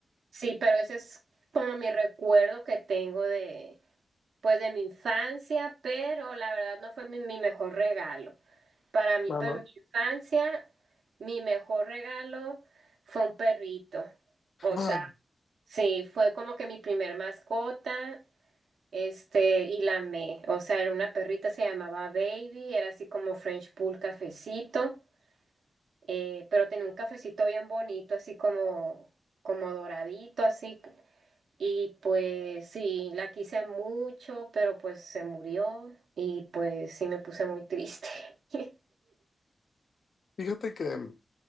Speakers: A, on the right; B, on the left.
A: Sí, pero ese es como mi recuerdo que tengo de pues de mi infancia, pero la verdad no fue mi, mi mejor regalo. Para mí,
B: Mano.
A: para mi infancia, mi mejor regalo fue un perrito. O
B: Mano,
A: sea, sí, fue como que mi primer mascota, este, y la amé. O sea, era una perrita, se llamaba Baby, era así como French Pool cafecito eh, pero tenía un cafecito bien bonito, así como, como doradito, así. Y pues sí, la quise mucho, pero pues se murió y pues sí me puse muy triste. <laughs>
B: fíjate que,